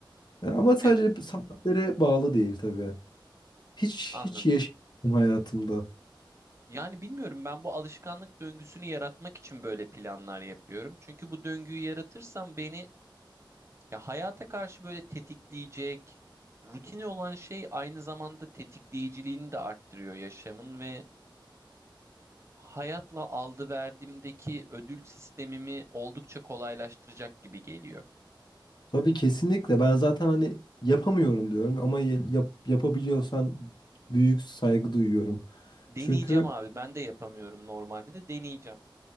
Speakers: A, on the left; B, on the right.
A: E, ama sadece
B: Evet.
A: saatlere bağlı değil tabii. Hiç
B: Anladım.
A: hiç yaşadım hayatımda.
B: Yani bilmiyorum ben bu alışkanlık döngüsünü yaratmak için böyle planlar yapıyorum. Çünkü bu döngüyü yaratırsam beni ya hayata karşı böyle tetikleyecek, rutin olan şey aynı zamanda tetikleyiciliğini de arttırıyor yaşamın ve hayatla aldı verdiğimdeki ödül sistemimi oldukça kolaylaştıracak gibi geliyor.
A: Tabii kesinlikle. Ben zaten hani yapamıyorum diyorum ama ya- yap, yapabiliyorsan büyük saygı duyuyorum.
B: Deneyeceğim
A: Çünkü
B: abi ben de yapamıyorum normalde de deneyeceğim.